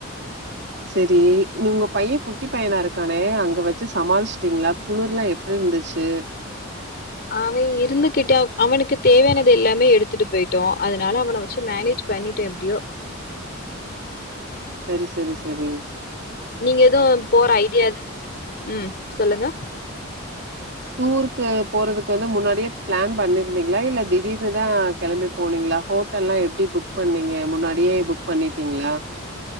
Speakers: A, on the right; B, on the left.
A: சேரி நீ உங்க பைய குட்டி பையனா இருக்கானே அங்க வச்சு சமாளிசிடீங்களா குளிர்லா எ எப்டி இருந்துச்சு
B: அவன் இருந்துகிட்டே அவனுக்கு தேவையானது எல்லாமே எடுத்துட்டு போயிட்டோ அதனால அவன வச்சு மேனேஜ் பண்ணிட எப்டியோ
A: செரி செரி செரி
B: நீங்க எதுவு போற ஐடிய து ம் சொல்லுங்க
A: டூருக்கு போறதுக்கு வந்து முன்னாடியே பிளான் பண்ணிருந்தீங்களா இல்ல திடீர்னு தா கிளம்பி போனீங்களா ஹோட்டல்லா எப்டி புக் பண்ணீங்க முன்னாடியே புக் பண்ணிட்டீங்களா